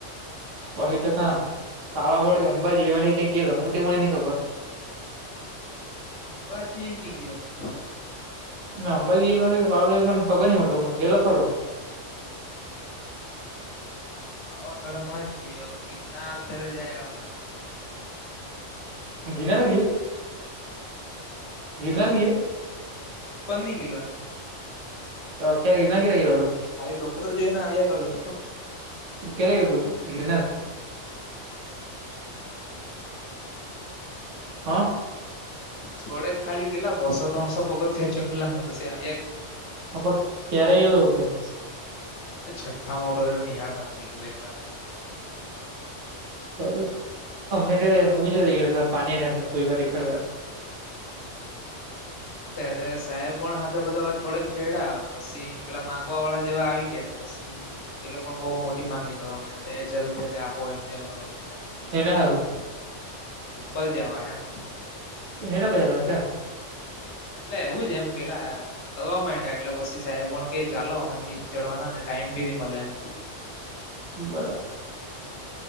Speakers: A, on the right (about 80°); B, on the left (about 65°).
A: કહીટકા પાવાગઢ ગ અંબાજી બે મેઠ ગેલો હુંટે મને નની ખબર.
B: અંબાજી ની ગીયો મલે
A: મેં અંબાજી ગેલો કે પાવાગઢ ગેલો કે ખબર ની મલે મતલબ ગેલો ખરો.
B: પાવાગઢ હમણાં જ ગીયો ગિરનાર ત્યારે જય આવેલા.
A: ગિનાર ગીયયો ગીનાર ગીયયો.
B: ઉપર ની ગેલો આજે.
A: તો કેે <unintelligible> ગેલો હતો
B: ખાલી ડુંગર જોઈ ને આવ્યા કરેલો
A: કયારે <unintelligible> ગીરનાર.
B: <inaudible>
A: હા.
B: થોડે ખાલી ગેલા બર્સો ત્રણસો પગથીયા ચઢલાને પછી આ
A: હ ક્યારે ગયેલો એ કેમ.
B: છઠ્ઠામાં હતો ત્યારે નિહાળ માંથી લઈ ગયેલા એક વાર.
A: હહ અમને ત્યારે મૂવી જોવા લઇ ગયેલા <unintelligible> એકજ વાર.
B: ત્યારે સાહેબ પણ હાથે બધા થોડેક ચડીયા પસી પેલા માંગવા વાળા જેવા આવી ગયા એટલે પસી તે લોકો બઉ મોટી માંગણી કરવા મંડ્યા બે હજાર રૂપિયા કે આપો એમ જેવા કરવા મંડ્યા
A: હેના હારું.
B: ઉપર જવા એમ.
A: હેના પેહા <unintelligible>
B: એટલે એવું જ એમ પેલા. કરવા મંડ્યા એટલે પસી સાહેબ વણ કે ચાલો આમા ની ચડવાના ને ટાઈમ બી ની મળે એમ.
A: બરાબર.